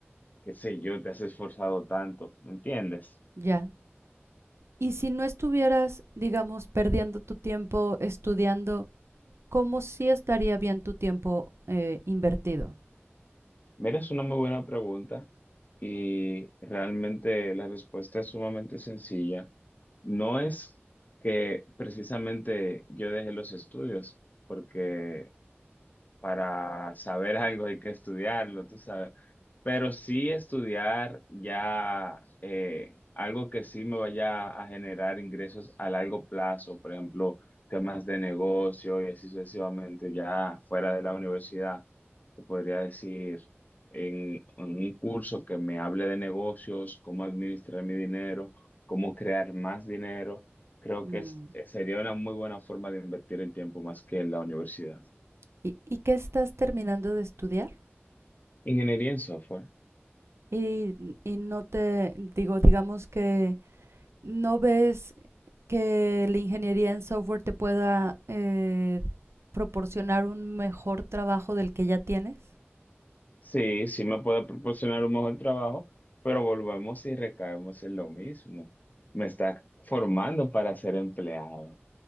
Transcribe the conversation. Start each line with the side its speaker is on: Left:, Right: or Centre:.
Left: qué sé yo, te has esforzado tanto, ¿me entiendes?
Right: Ya, Y si no estuvieras, digamos, perdiendo tu tiempo estudiando, ¿cómo sí estaría bien tu tiempo eh, invertido?
Left: Mira, es una muy buena pregunta y realmente la respuesta es sumamente sencilla. No es que precisamente yo dejé los estudios, porque para saber algo hay que estudiarlo, tú sabes. Pero sí estudiar ya eh, algo que sí me vaya a generar ingresos a largo plazo, por ejemplo, temas de negocio y así sucesivamente, ya fuera de la universidad, te podría decir en, en un curso que me hable de negocios, cómo administrar mi dinero, cómo crear más dinero. Creo
Right: Mm.
Left: que es- sería una muy buena forma de invertir el tiempo más que en la universidad.
Right: ¿Y, y qué estás terminando de estudiar?
Left: Ingeniería en software.
Right: Y, y no te digo, digamos que no ves que la ingeniería en software te pueda eh, proporcionar un mejor trabajo del que ya tienes.
Left: Sí, sí me puede proporcionar un mejor trabajo, pero volvemos y recaemos en lo mismo. Me está formando para ser empleado. O